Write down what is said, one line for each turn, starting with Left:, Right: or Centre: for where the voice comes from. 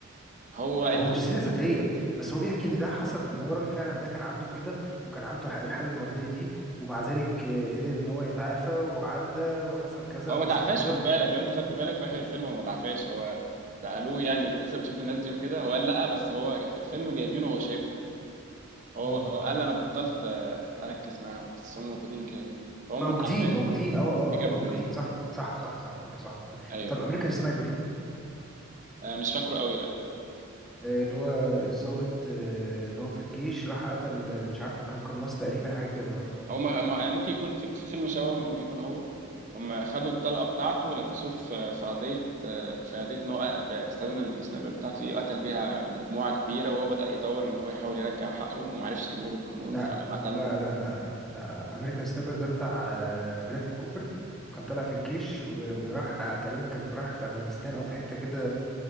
Right: هو انت
Centre: هو مش
Right: ممكن-
Centre: سيرة ذاتية بس هو بيحكي ان ده حصل ان هو راجل فعلا ده كان عنده كده وكان عنده ح- الحالة المرضية دي ومع ذلك آه، قدر ان هو يتعافى وعدى وحصل كذا
Right: هو
Centre: وحصل
Right: ما تعفاش
Centre: كذا
Right: خد
Centre: و...
Right: بالك لو انت خدت بالك في اخر الفيلم هو ما تعفاش هو سالوه يعني انت لسه بتشوف الناس دي وكده هو قال لا بس هو في الفيلم جايبينه وهو شايفه هو
Centre: مم.
Right: هو قال انا بطلت آه، اركز معاهم بس هم موجودين كده كده فهم
Centre: موجودين
Right: ما تعفاش
Centre: موجودين اه اه
Right: كده كده
Centre: اه موجودين
Right: موجودين
Centre: صح صح صح صح انت صح
Right: ايوه
Centre: طب
Right: انا
Centre: امريكان
Right: فاكر.
Centre: سنايبر
Right: آه، مش فاكره قوي لا
Centre: آه، اللي هو الضابط آه، اللي هو في الجيش راح قتل آه، مش عارفة كان قناص تقريبا حاجة كده برضه
Right: هو ما ما- يعني ممكن يكون في في فيلم شبه ممكن يكون هو هم خدوا الطلقة بتاعته ولبسوه في في قضية في قضية إن هو استخدم السنايبر بتاعته دي وقتل بيها مجموعة كبيرة وهو بدأ يدور إن هو يحاول يرجع حقه ومعرفش يجيبوه بالقانون
Centre: لا
Right: فقتلهم
Centre: لا لا لا لا لا, لا. امريكان سنايبر ده بتاع آه، برادلي كوبر كان طالع في الجيش و- وراح آه، تقريبا كان في راح في افغانستان او في حته كده